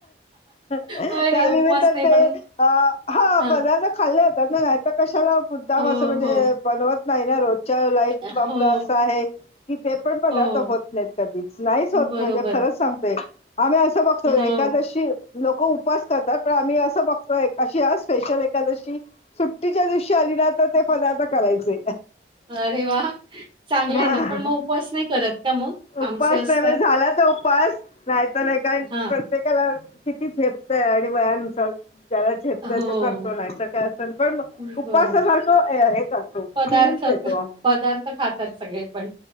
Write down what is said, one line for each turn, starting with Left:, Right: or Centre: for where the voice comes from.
Left: <unintelligible> त्यानमिताणे
Right: अरे, उपवास नाही
Left: ते
Right: पण
Left: अ हा
Right: हां.
Left: पदार्थ खाल्लं जातात ना, नाही तर कशाला मुदाम
Right: हो,
Left: असं, म्हणजे
Right: हो.
Left: बनवत नाही ना, रोजच्या लाई
Right: हो,
Left: बा पलं असं आहे कि ते पण पदार्थ
Right: हो.
Left: होत नाहीत कधीच, नाहीच होत,
Right: बरोबर.
Left: म्हणजे खरंच सांगतोय आम्ही असं बघतो,
Right: हो.
Left: एखकादशी लोक उपास करतात, पण आम्ही असं बघतो एका स्पेशल एखादशी सुट्टीच्या दिवशी आली ना तर ते पदार्थ करायचे.
Right: अरे वाह! चांगलं
Left: हा,
Right: आहे ना, पण मग उपवास नाही करत का मग? आमचे
Left: उपास
Right: असतात
Left: <unintelligible> नाही म झाला तर उपवास नाही तर, हे काय
Right: हां.
Left: प्रत्येकाला किती झेपतय, आणि वयानुसार ज्याला झेप तर
Right: हो,
Left: तो करतो, नाही तर <unintelligible> का पण
Right: बरोबर.
Left: उपवासासारखो हे करतो.
Right: पदार्थ,
Left: फिलिंग देतो आम्ही
Right: पदार्थ खातात सगळे पण.